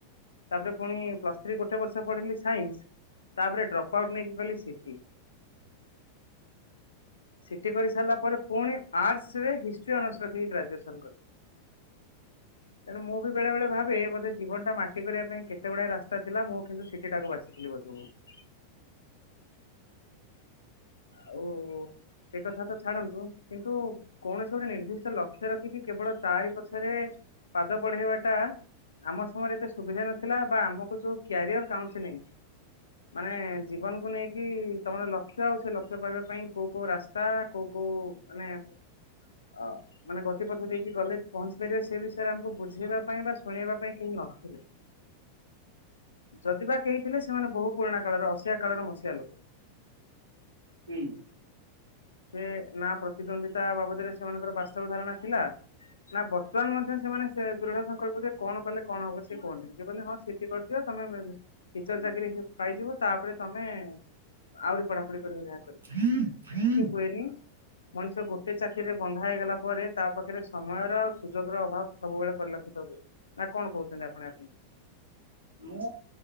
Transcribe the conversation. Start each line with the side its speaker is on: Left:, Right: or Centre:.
Left: ତାପରେ ପୁଣି ପ୍ଲସ୍ ଗୋଟେ ବର୍ଷ ପଢିଲି ସାଇନ୍ସ ତାପରେ ଡ୍ରପ୍ ଆଉଟ୍ ନେଇକି ଗଲି ସିଟି। ସିଟି କରିସାରିଲା ପରେ ପୁଣି ଆର୍ଟସରେ ହିଷ୍ଟ୍ରି ଅନର୍ସ ରଖିକି ଗ୍ରାଜୁଏସନ୍ କଲି।
Right: <inaudible>
Left: ତେଣୁ ମୁଁ ବି ବେଳେ ବେଳେ ଭାବେ ମୋତେ ଜୀବନଟା ମାଟି କରିବା ପାଇଁ କେତେ ଗୁଡ଼ାଏ ରାସ୍ତା ଥିଲା ମୁଁ କିନ୍ତୁ ସିଟି ଟାକୁ ବା ଶିଖିଲି <unintelligible> ଆଉ ସେ କଥା ତ ଛାଡ଼ନ୍ତୁ କିନ୍ତୁ କୌଣସି ଗୋଟେ ନିର୍ଦ୍ଦିଷ୍ଟ ଲକ୍ଷ୍ୟ ରଖିକି କେବଳ ତାରି ପଛରେ ପାଦ ବଢ଼େଇବାଟା ଆମ ସମୟରେ ଏତେ ସୁବିଧା ନଥିଲା ବା ଆମକୁ ଯୋଉ କ୍ୟାରିଅର୍ କାଉନ୍ସେଲିଂ ମାନେ ଜୀବନକୁ ନେଇକି ତମର ଲକ୍ଷ୍ୟ ଆଉ ସେ ଲକ୍ଷ୍ୟ ପାଇବା ପାଇଁ କୋଉ କୋଉ ରାସ୍ତା କୋଉ କୋଉ ମାନେ ଅ ମାନେ ଗତି ପଥ ଦେଇକି ଗଲେ ପହଞ୍ଚି ପାରିବା ସେ ବିଷୟରେ ଆମକୁ ବୁଝେଇବା ପାଇଁ ବା ଶୁଣେଇବା ପାଇଁ କେହି ନଥିଲେ।
Right: <inaudible>
Left: ଯଦି ବା କେହିଥିଲେ ସେମାନେ ବହୁ ପୁରୁଣା କାଳର ଅସିଆ କାଳର ମସିଆ ଲୋକ।
Right: ହୁଁ ହୁଁ
Left: ସେ ନା ପ୍ରତିଦ୍ୱନ୍ଦ୍ୱିତା ବାବଦରେ ସେମାନଙ୍କର ବାସ୍ତବ ଧାରଣା ଥିଲା। ନା ବର୍ତ୍ତମାନ ମଧ୍ୟ ସେମାନେ ସେ ଦୃଢ଼ ସଂକଳ୍ପ ଯେ କଣ କଲେ କଣ ହବ ସେ କୁହନ୍ତିନି। ସେ କହିଲେ ହଁ <unintelligible> ଏମିତି <inaudible> କରିଦିଅ ତମେ ଟିଚର୍ ଚାକିରି ପାଇଯିବ ତାପରେ ତମେ ଆହୁରି ପଢ଼ା ପଢ଼ି କରିବ ଯାହା କରି। <unintelligible>
Right: <inaudible>
Left: ବେନି <inaudible> ମଣିଷ ଗୋଟେ ଚାକିରିରେ ବନ୍ଧା ହେଇଗଲା ପରେ ତା ପାଖରେ ସମୟର ଆ ସୁଯୋଗର ଅଭାବ ସବୁବେଳେ ପରିଲକ୍ଷିତ ହୁଏ। ନା କଣ କହୁଛନ୍ତି? ଆପଣ ଆସନ୍ତୁ।
Right: ମୁଁ